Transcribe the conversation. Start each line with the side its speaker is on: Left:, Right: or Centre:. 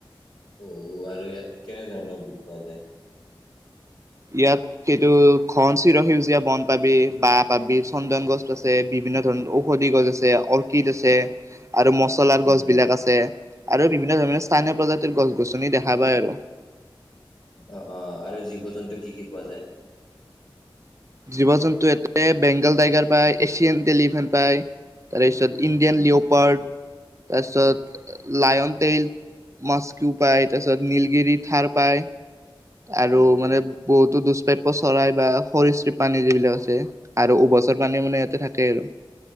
Left: অ আৰু ইয়াত কেনেধৰণৰ বিপ পোৱা যায়
Right: ইয়াত কে ত ঘন চিৰ সেউজীয়া বন পাবি বাঁহ পাবি চন্দন গছ আছে বিভিন্ন ধৰণৰ ঔষধি গছ আছে অৰ্কিড আছে আৰু মছলাৰ
Left: উম,
Right: গছ বিলাক আছে আৰু বিভিন্ন ধৰণৰ স্থানীয় প্ৰজাতিৰ গছ গছনি দেখা পায় আৰু -
Left: অ অহ আৰু জীৱ জন্তু কি কি পোৱা যায়।?
Right: জীৱ জন্তু এটা বেংগল টাইগাৰ পায় এছিয়ান টেলিভিন পায় তাৰপিছত ইণ্ডিয়ান
Left: উম,
Right: লিঅ'পাৰ তাৰপিছত লায়ন তেইল মাছ। টো পায় তাৰপিছত নীলগিৰি থাৰ পায় আৰু
Left: অ'।
Right: মানে বহুত। তো দুষ্প্ৰাপ্য চৰাই বা সৰিশ্বিপ প্ৰাণী যিবিলাক আছে আৰু উভচৰ প্ৰাণী মানে ইয়াতে থাকেই আৰু